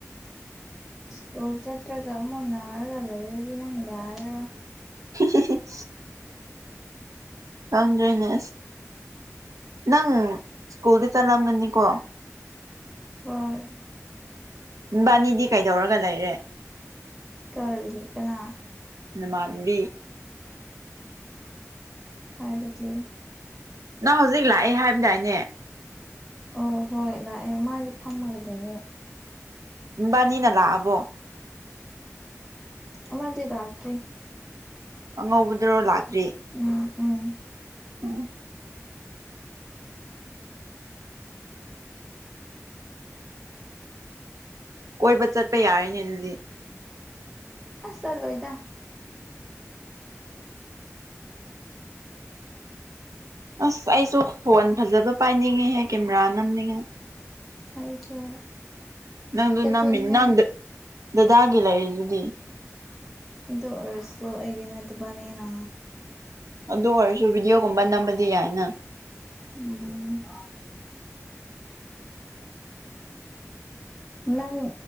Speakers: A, in the centre; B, on the right.
A: ꯁ꯭ꯀꯨꯜ ꯆꯠ꯭ꯔꯒ ꯑꯃꯨꯛ ꯅꯥꯔꯒ ꯂꯩꯔꯗꯤ ꯅꯪ ꯌꯔꯔꯣꯏ꯫
B: <unintelligible> ꯈꯪꯗ꯭ꯔꯦꯅꯦ ꯅꯪ ꯁ꯭ꯀꯨꯜꯗꯤ ꯆꯠꯂꯝꯒꯅꯤꯀꯣ?
A: ꯍꯣꯏ
B: ꯅꯕꯥꯅꯤꯗꯤ ꯀꯩꯗꯧꯔꯒ ꯂꯩꯔꯦ?
A: ꯀꯔꯤ ꯀꯅꯥ?
B: ꯅꯃꯥꯟꯅꯕꯤ
A: ꯍꯥꯏꯕꯗꯤ?
B: ꯅꯪ ꯍꯧꯖꯤꯛ ꯂꯥꯛꯑꯦ ꯍꯥꯏꯕꯗꯥꯏꯅꯦ꯫
A: ꯑꯣ ꯍꯣꯏ ꯂꯥꯛꯑꯦ ꯃꯥꯗꯤ ꯐꯝꯃꯒ ꯂꯩꯌꯦ꯫
B: ꯅꯕꯅꯤꯅ ꯂꯛꯑꯕꯣ?
A: ꯑꯃꯗꯤ ꯂꯛꯇ꯭ꯔꯤ꯫
B: ꯑꯉꯧꯕꯗꯨꯔꯣ ꯂꯥꯛꯇ꯭ꯔꯤ꯫
A: ꯎꯝ ꯎꯝ
B: <inaudible> ꯀꯣꯏꯕ ꯆꯠꯄ ꯌꯥꯔꯤꯅꯦ ꯑꯗꯨꯗꯤ꯫
A: ꯑꯁ ꯆꯠꯂꯣꯏꯗ꯫
B: ꯑꯁ ꯑꯩꯁꯨ ꯐꯣꯟ ꯐꯖꯕ ꯄꯥꯏꯅꯤꯡꯉꯦꯍꯦ ꯀꯦꯃꯦꯔꯥ ꯅꯝꯅꯤꯡꯉꯦ꯫
A: ꯑꯩꯁꯨ
B: ꯅꯪꯗꯨ
A: ꯆꯠꯊꯣꯛꯅꯤꯡꯉꯥꯏ
B: ꯅꯝꯃꯤ ꯅꯪ ꯗꯥꯗꯥꯒꯤ ꯂꯩꯔꯤꯗꯨꯗꯤ꯫
A: ꯑꯗꯨꯔꯣꯏꯔꯁꯨ ꯑꯩꯒꯤ ꯅꯠꯇꯕꯅꯤꯅ꯫
B: ꯑꯗꯨ ꯑꯣꯏꯔꯁꯨ ꯚꯗꯤꯑꯣꯒꯨꯝꯕ ꯅꯝꯕꯗꯤ ꯌꯥꯏꯅ꯫
A: ꯎꯝ ꯅꯪ